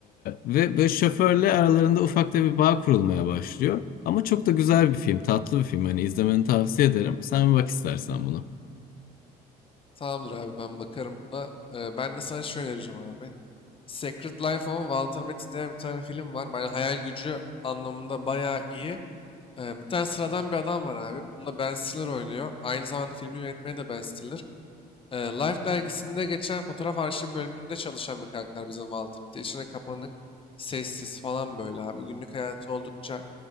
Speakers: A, on the left; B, on the left.
A: ve böyle şoförle aralarında ufak da bir bağ kurulmaya başlıyor. Ama çok da güzel bir film, tatlı bir film. Hani izlemeni tavsiye ederim. Sen bir bak istersen bunu.
B: Tamamdır abi ben bakarım da. E, ben de sana şöyle önereceğim abi. Secret Life of Walter Mitty diye bir tane film var. Ben hayal gücü anlamında bayağı iyi. E, bir tane sıradan bir adam var abi. Bunda Ben Stiller oynuyor. Aynı zamanda filmi yönetmeni de Ben Stiller. Ee, Life dergisinde geçen fotoğraf arşiv bölümünde çalışan bir karakter bizim Walter Mitty. İçine kapanık, sessiz falan böyle abi. Günlük hayatı oldukça